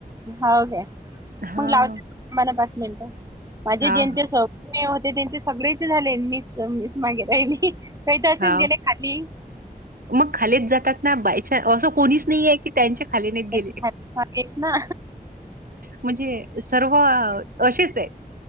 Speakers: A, on the right (about 20°); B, on the right (about 65°).
A: हो काय.
B: हां
A: मग लावते तुम्हाला पाच मिनटं. माझे
B: हां
A: जेंच्या
B: हां
A: स मी होते त्यांचे सगळेच झाले, मिस मिस मागे राहिली काही तर असेच
B: हाव
A: गेले खाली.
B: मग खालीत जातात ना, बाय असं. कोणीच नाही आहे की, त्यांच्या खाली नाहीत
A: त्याच्या
B: गेले.
A: खाली मागेच ना
B: म्हणजे सर्व अशीच आहे.